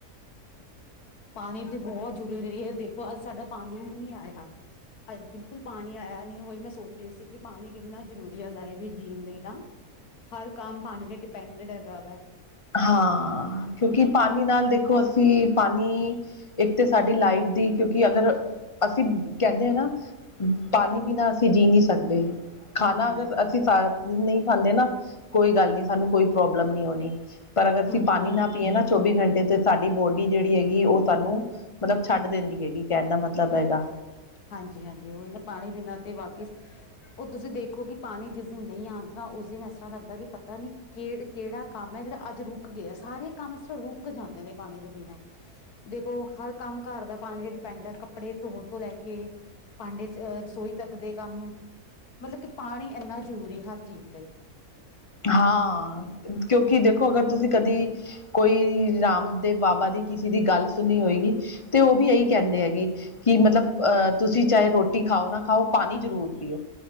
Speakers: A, on the left; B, on the left.
A: ਪਾਣੀ ਤੇ ਬਹੁਤ ਜ਼ਰੂਰੀ ਦੇਖੋ ਅੱਜ ਸਾਡਾ ਪਾਣੀ ਵੀ ਨਹੀਂ ਆਇਆ। ਅਜ ਬਿਲਕੁਲ ਪਾਣੀ ਆਇਆ ਨੀ, ਉਹੀ ਮੈਂ ਸੋਚ ਰਹੀ ਸੀ ਕਿ ਪਾਣੀ ਕਿੰਨਾ ਜ਼ਰੂਰੀ ਐ ਲਾਈਫ ਵੀ ਜੀਣ ਲਈ ਨਾ। ਹਰ ਕੰਮ ਪਾਣੀ ਤੇ ਡਿਪੈਂਡ ਹੈਗਾ ਵਾ।
B: ਹਾਂ।
A: ਹਾਂਜੀ
B: ਕਿਉਂਕਿ
A: ਹਾਂਜੀ
B: ਪਾਣੀ ਨਾਲ ਦੇਖੋ ਅਸੀਂ ਪਾਣੀ, ਇੱਕ ਤੇ ਸਾਡੀ ਲਾਈਫ ਦੀ, ਕਿਉਂਕਿ ਅਗਰ, ਅਸੀਂ ਕਹਿੰਦੇ ਆ ਨਾ। ਪਾਣੀ ਬਿਨਾਂ ਅਸੀਂ ਜੀਅ ਨੀ ਸਕਦੇ। ਖਾਣਾ
A: ਹਾਂਜੀ
B: ਅਗਰ
A: ਹਾਂਜੀ।
B: ਅਸੀਂ ਸਾਰਾ ਦਿਨ ਨਈ ਖਾਂਦੇ ਨਾ, ਕੋਈ ਗੱਲ ਨੀ ਸਾਨੂੰ ਕੋਈ ਪ੍ਰੋਬਲਮ ਨਈ ਹੋਣੀ। ਪਰ ਅਗਰ ਅਸੀਂ
A: ਹੂੰ ਹੂੰ
B: ਪਾਣੀ
A: ਹੂੰ
B: ਨਾ ਪੀਏ ਨਾ ਚੌਵੀ ਘੰਟੇ ਤੇ ਸਾਡੀ ਬੋਡੀ ਜਿਹੜੀ ਹੈਗੀ ਉਹ ਸਾਨੂੰ ਮਤਲਬ ਛੱਡ ਦਿੰਦੀ ਹੈਗੀ, ਕਹਿਣ ਦਾ ਮਤਲਬ ਹੈਗਾ।
A: ਹਾਂਜੀ- ਹਾਂਜੀ ਉਹ ਨਾ, ਪਾਣੀ ਬਿਨਾਂ ਤੇ ਵਾਕੇ ਉਹ ਤੁਸੀਂ ਦੇਖੋ ਕਿ ਪਾਣੀ ਜਿਸ ਦਿਨ ਨਈ ਆਉਂਦਾ, ਉਸ ਦਿਨ ਇਸ ਤਰ੍ਹਾਂ ਲੱਗਦਾ ਕਿ ਪਤਾ ਨੀ ਕਿੜ ਕਿਹੜਾ ਕੰਮ ਐ ਜਿਹੜਾ ਅੱਜ ਰੁਕ ਗਿਆ, ਸਾਰੇ ਕੰਮ ਸਿਰਫ ਰੁਕ ਜਾਂਦੇ ਨੇ ਪਾਣੀ ਦੇ ਬਿਨਾ ਹੀ। ਦੇਖੋ ਹਰ ਕੰਮ ਘਰ ਦਾ ਪਾਣੀ ਤੇ ਡਿਪੈਂਡ ਐ, ਕੱਪੜੇ ਧੋਣ ਤੋਂ ਲੈ ਕੇ, ਭਾਂਡੇ ਆ ਰਸੋਈ ਤੱਕ ਦੇ ਕੰਮ। ਮਤਲਬ ਕਿ ਪਾਣੀ ਇੰਨਾ ਜ਼ਰੂਰੀ ਹਰ ਚੀਜ਼ ਲਈ।
B: ਹਾਂ। ਕਿਉਂਕਿ ਦੇਖੋਂ ਅਗਰ ਤੁਸੀਂ ਕਦੀ ਕੋਈ ਰਾਮ ਦੇਵ ਬਾਬਾ ਦੀ, ਕਿਸੇ ਦੀ ਗੱਲ ਸੁਣੀ ਹੋਏਗੀ, ਤੇ ਉਹ ਵੀ ਇਹੀ ਕਹਿੰਦੇ ਹੈਗੇ। ਕੀ ਮਤਲਬ ਅਹ ਤੁਸੀਂ ਚਾਹੇ ਰੋਟੀ ਖਾਓ ਨਾ ਖਾਓ ਪਾਣੀ ਜ਼ਰੂਰ ਪੀਓ।